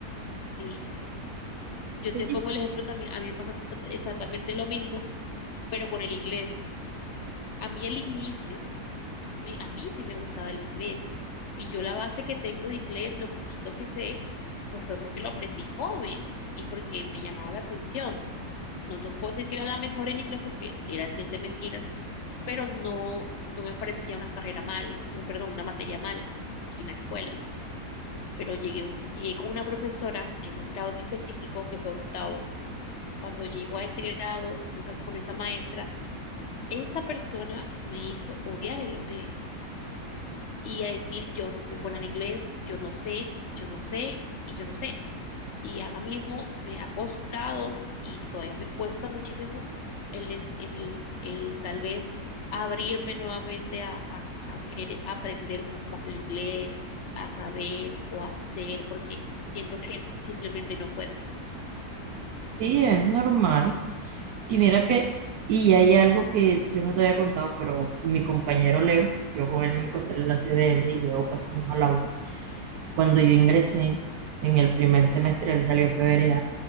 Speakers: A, on the left; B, on the right.
A: ¿sí? Yo
B: Sí,
A: te pongo el ejemplo también, a mí me pasa exactamente lo mismo, pero con el inglés. A mí el inicio, a mí, a mí sí me gustaba el inglés. Y yo la base que tengo de inglés, lo poquito que sé, pues fue porque lo aprendí joven y porque me llamaba la atención No te puedo decir que era la mejor en inglés porque era decir de mentiras, pero no, no me parecía una carrera mala, un, perdón, una materia mala en la escuela. Pero llegué, llegué con una profesora en un grado en específico que fue octavo. Cuando llegó a ese grado con esa, con esa maestra, esa persona me hizo odiar el inglés y a decir yo no soy buena en inglés, yo no sé, yo no sé y yo no sé. Y ahora mismo me ha costado y todavía me cuesta muchísimo el, des- el, el tal vez abrirme nuevamente a, a- a querer aprender un poco más del inglés, a saber o hacer, porque siento que simplemente no puedo.
B: sí, es normal. Y mira que, y hay algo que yo no te había contado, pero mi compañero Leo, yo con él me encontré en la CBL y luego pasamos a la U. Cuando yo ingresé en el primer semestre, él salió a febrero,